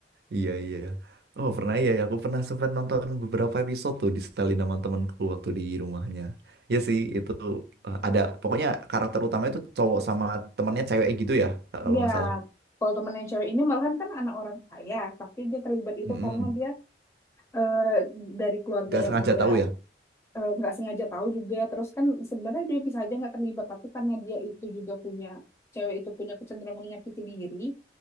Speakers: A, on the right (about 65°); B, on the left (about 15°).
A: Iya iya. Oh pernah iya ya. Aku pernah sempat nonton beberapa episode tuh di setelin sama temanku waktu di rumahnya. Iya sih itu eh, ada pokoknya karakter utamanya itu cowok sama temannya cewek gitu ya Kak, kalau
B: Iya,
A: nggak salah.
B: kalau teman yang cewek ini malahan kan anak orang kaya, tapi dia terlibat itu
A: Mm-mm.
B: karena dia eh, dari keluarga
A: Nggak
B: yang
A: sengaja
B: agak
A: tahu ya.
B: eh, nggak sengaja tahu juga. Terus kan sebenarnya dia bisa aja nggak terlibat, tapi karena dia itu juga punya cewek itu punya kecenderungan menyakiti diri,